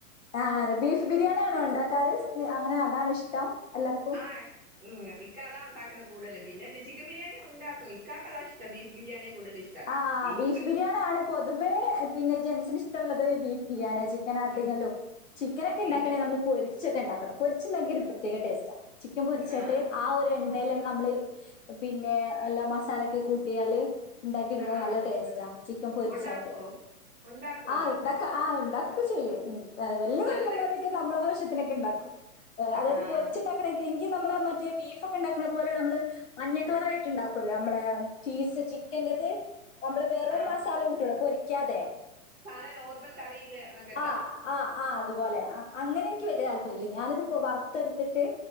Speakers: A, on the left; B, on the right.
A: ആ ബീഫ് ബിരിയാണിയാണോ ഉണ്ടാക്കാറ്. അങ്ങനെ അതാണോ ഇഷ്ടം. എല്ലാർക്കും
B: ആഹ്... ഉം ഇക്ക അതാ ഉണ്ടാക്കുന്ന് കൂടലും പിന്നെ പിച്ചി... ചിക്കൻ ബിരിയാണി ഉണ്ടാക്കും ഇക്കാക്കതാ ഇഷ്ടം ബീഫ് ബിരിയാണിയാ കൂടുതൽ ഇഷ്ടം
A: ആഹ...
B: എനിക്കും
A: ബീഫ് ബിരിയാണി ആണ്. പൊതുവേ പിന്നെ ജൻസിന് ഇഷ്ടമുള്ളത് ബീഫ്.... ബിരിയാണിയാ ഇഷ്ട്ടം
B: ഏഹ്
A: ചിക്കൻ <unintelligible> ചിക്കനൊക്കെ ഇണ്ടാക്കാണെങ്കിൽ
B: എനി
A: നമ്മൾ പൊരിച്ച്ട്ട്... ഉച്ചക്കെണ്ടാക്കണം പൊരിച്ച് ണ്ടാ ക്കിയാൽ
B: ആഹ്
A: ഒരു പ്രത്യേക ടേസ്റ്റാ. ചിക്കൻ പൊരിച്ചിട്ട്
B: ആഹ്
A: ആ ഒരു എണ്ണേൽ അങ്... നമ്മള് പിന്നെ... അല്ലാ മസാലൊക്കെ കൂട്ടിയാല് ഉണ്ടാക്കി
B: ആഹ്
A: എടുത്താ
B: ആഹ്
A: നല്ല ടേസ്റ്റാ. ചിക്കൻ പൊരിച്ചാട്ട്
B: ഉണ്ടാക്കോ ഉണ്ടാക്കോ
A: ആഹ ഉണ്ടാക്ക ആ ഉണ്ടാ ക്കാ ഒക്കെ ചെയ്യും ഉമ് വല്ല്യയ
B: നല്ല
A: കൊയ്പ്പല്ലാതെയക്കെ നമ്മളെ ആവശ്യത്തിന് ഇങ്ങനെക്കെണ്ടാക്കും... ആ..
B: ആഹ്
A: അതായത്
B: ആഹ്
A: പൊരിച്ചിണ്ടാക്കണെങ്കിൽ... പ്പ നമ്മളെ മറ്റേ ബീഫ് ഒക്കെ ഉണ്ടാക്കുന്ന പോലെ നമ്മള് മഞ്ഞ കളർ ആയിട്ട് ഉണ്ടാക്കുല്ലോ. നമ്മള ചീസ് ചിക്ക്... ന്റത് നമ്മള് വെറും
B: ആഹ്
A: മസാല കൂട്ടൂട പൊരിക്കും ക്കാതെ
B: സാധാ നോർമൽ കറിയില്ലണക്കെ
A: ആഹ് ആഹ് ആഹ് അതുപോലെ അങ്ങനെ എനിക്ക് വലിയ താല്പര്യമല്ലേ ഞാനത്പ്പോ വറുത്തെടുത്തിട്ട്